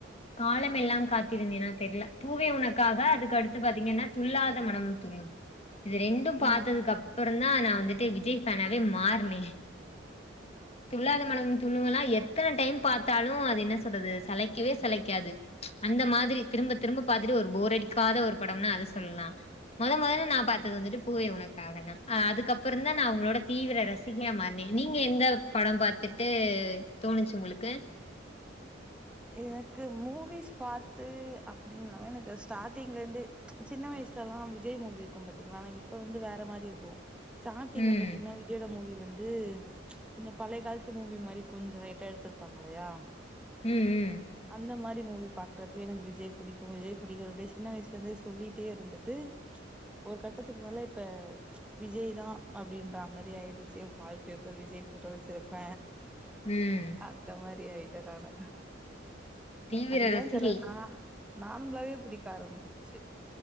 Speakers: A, on the left; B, in the centre.
A: காலமெல்லாம் காத்திருந்தேனா தெர்ல பூவே உனக்காக அதுக்கடுத்து பாத்தீங்கன்னா துள்ளாத மனமும் துள்ளு இது ரெண்டும் பாத்ததுக்கு
B: ம்
A: அப்றோ தா நா வந்துட்டு விஜய் ஃபேனாவே மாறுனே துள்ளாத மனமும் துள்ளும்ல்லா எத்தன டைம் பாத்தாலு அது என்ன சொல்றது சளைக்கவே சளைக்காது அந்த மாதிரி திரும்ப திரும்ப பாத்துட்டு ஒரு போரடிக்காத ஒரு படம்ன்னா அத சொல்லலா மொத மொதன்னு நா பாத்தது வந்துட்டு பூவே உனக்காக தா அதுக்கப் றோ தா நா அவுங்களோட தீவிர ரசிகையா மாறுனே நீங்க எந்த படம் பாத்துட்டு தோணுச்சு உங்ளுக்கு
B: எனக்கு மூவிஸ் பாத்து அப்டின்ல்லாம எனக்கு ஸ்டார்ட்டிங்ல இருந்தே சின்ன வயசுலலா விஜய் மூவி இருக்கும் பாத்தீங்ளா ஆனா இப்ப வந்து வேற மாறி இருக்கு ஸ்டார்ட்டிங்ல
A: ம்
B: பாத்தீங்ன்னா வி ஜயோட மூவி வந்து கொஞ்சோ பழய காலத்து மூவி மாறி கொஞ்சோ லைட்டா எடுத்திருப்பாங்க இல்லயா
A: ம் ம்
B: அந்த மாரி மூவி பாக்குறப்பய எனக்கு விஜய் புடிக்கு விஜய் புடிக்கு அப்டியே சின்ன வயசுல இருந்து சொல்லிட்டே இருந்துட்டு ஒரு கட்டத்துக்கு மேல இப்ப விஜய் தா அப்டின்ற மாரி ஆயிடுச்சு வால்பேப்பர் விஜய் ஃபோட்டோ வச்சிருப்ப
A: ம்
B: அந்த மாரி ஆயிட்ட நானு
A: தீவிர
B: அது
A: ரசிகை
B: ஏன் தெர்லனா நார்மலாவே புடிக்க ஆரம்பிச்சிச்சு